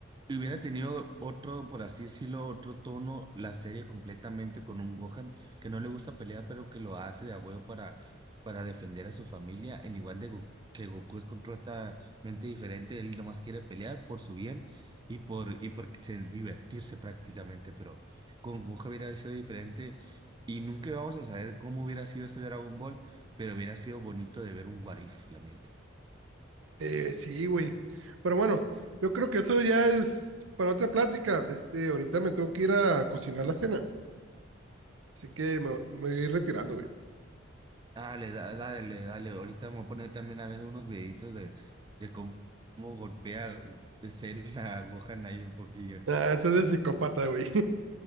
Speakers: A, on the right; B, on the right.
A: Hubiera tenido otro, por así decirlo, otro tono la serie completamente con un Gohan que no le gusta pelear, pero que lo hace de a huevo para, para defender a su familia, en igual de Go- que Goku es completamente diferente, él nomás quiere pelear por su bien y por, y por se- divertirse prácticamente, pero con Gohan hubiera sido diferente y nunca vamos a saber cómo hubiera sido ese Dragon Ball, pero hubiera sido bonito de ver un What If, la neta.
B: eh, sí, güey. Pero bueno, yo creo que eso ya es para otra plática. Este, ahorita me tengo que ir a cocinar la cena, así que me, me voy a ir retirando, güey.
A: Dale, da- dale, dale. Ahorita me voy a poner también a ver unos videitos de, de cómo, cómo golpea ser la Gohan ahí un poquillo.
B: Ah, eso es de psicópata, güey.